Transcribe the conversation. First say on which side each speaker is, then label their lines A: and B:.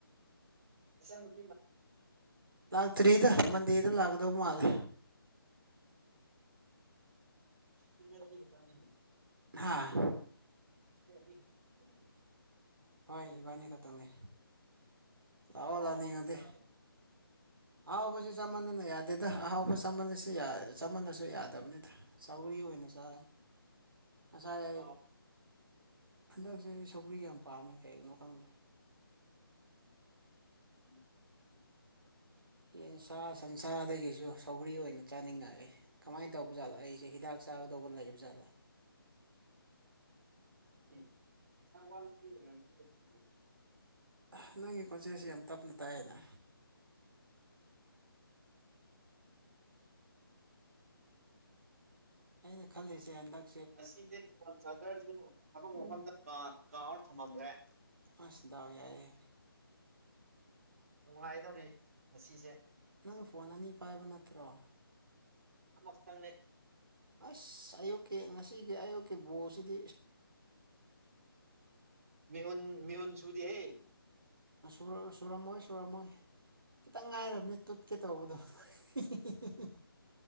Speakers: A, on the right; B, on the right.
A: ꯏꯆ ꯅꯨꯄꯤ ꯂꯥꯛ
B: ꯂꯥꯛꯇ꯭ꯔꯤꯗ ꯃꯟꯗꯦꯗ ꯂꯥꯛꯀꯗꯧ ꯃꯥꯜꯂꯦ
A: <inaudible>
B: ꯍꯥꯥ
A: <inaudible>
B: ꯍꯣꯏ ꯏꯕꯥꯅꯤ ꯈꯛꯇꯪꯅꯦ ꯂꯥꯛꯑꯣ
A: ꯑꯍꯥꯎ
B: ꯂꯥꯛꯅꯤꯡꯉꯗꯤ꯫
A: ꯑꯍꯥꯎꯕ ꯆꯥꯎ ꯀꯩꯅꯣ
B: ꯍꯥꯎ ꯈꯣꯏꯁꯨ ꯆꯞ ꯃꯥꯅꯅ ꯌꯥꯗꯦꯗ꯫ ꯑꯍꯥꯎꯕ ꯆꯝꯃꯜꯂꯁꯤ ꯆꯝꯃꯜꯂꯁꯨ ꯌꯥꯗꯕꯅꯤꯗ ꯆꯧꯔꯤ ꯑꯣꯏꯅ ꯆꯥ ꯉꯁꯥꯏ ꯑꯩ
A: ꯑꯍꯥꯎ
B: ꯍꯟꯗꯛꯁꯦ ꯑꯩ ꯁꯧꯒ꯭ꯔꯤ ꯌꯥꯝ ꯄꯥꯝꯃꯦ ꯀꯩꯒꯤꯅꯣ ꯈꯪꯗꯦ꯫
A: ꯎ inaudible <inaudible>
B: ꯌꯦꯟꯁꯥ ꯁꯟꯁꯥꯗꯒꯤꯁꯨ ꯁꯧꯒ꯭ꯔꯤ ꯑꯣꯏꯅ ꯆꯥꯅꯤꯡꯉꯛꯑꯦ ꯀꯃꯥꯏꯅ ꯇꯧꯕꯖꯥꯠꯂꯛ ꯑꯩ ꯏꯁꯦ ꯍꯤꯗꯥꯛ ꯆꯥꯒꯗꯧꯕ ꯂꯩꯌꯦꯕ ꯖꯥꯠꯂꯥ
A: unintelligible <unintelligible>
B: ꯑꯍ ꯅꯪꯒꯤ ꯈꯣꯟꯖꯦꯟꯁꯤ ꯌꯥꯝ ꯇꯞꯅ ꯇꯥꯏꯌꯦꯅ꯫ ꯑꯩꯅ ꯈꯜꯂꯤꯁꯦ ꯍꯟꯗꯛ
A: ꯉꯁꯤꯗꯤ ꯐꯣꯟ ꯆꯥꯔꯖꯔꯁꯨ ꯊꯕꯛ ꯃꯐꯝꯗ ꯀꯥ-ꯀꯥꯎꯔ ꯊꯝꯃꯝꯒ꯭ꯔꯦ
B: ꯑꯁ ꯗꯥꯎ ꯌꯥꯏꯌꯦ꯫
A: ꯅꯨꯡꯉꯥꯏꯗꯧꯔꯤ ꯉꯁꯤꯁꯦ꯫
B: ꯅꯪ ꯐꯣꯟ ꯑꯅꯤ ꯄꯥꯏꯕ ꯅꯠꯇ꯭ꯔꯣ
A: ꯑꯃ ꯇꯪꯅꯦ
B: ꯑꯁ ꯑꯌꯨꯛꯀꯤ ꯉꯁꯤꯒꯤ ꯑꯌꯨꯛꯀꯤ ꯕꯣꯁꯤꯗꯤ
A: ꯃꯤꯍꯨꯟ ꯃꯤꯍꯨꯟ ꯁꯨꯗꯤ ꯍꯦ꯫
B: ꯨꯔ ꯆꯨꯔꯃꯣꯏ ꯆꯨꯔꯃꯣꯏ ꯈꯤꯇꯪ ꯉꯥꯏꯔꯕꯅꯦ ꯇꯨꯠꯀꯦ ꯇꯧꯕꯗꯣ ꯍꯤ ꯍꯤ ꯍꯤ ꯍꯤ ꯍꯤ꯫